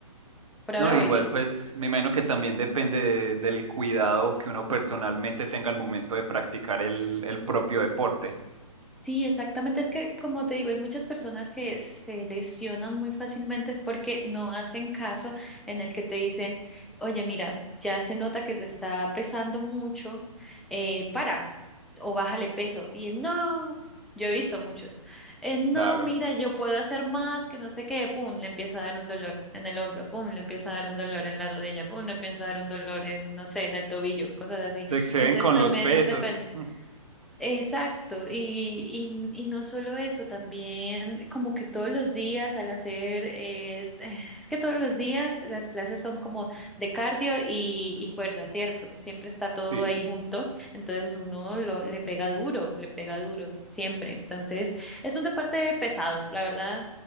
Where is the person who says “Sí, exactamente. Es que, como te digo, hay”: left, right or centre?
Centre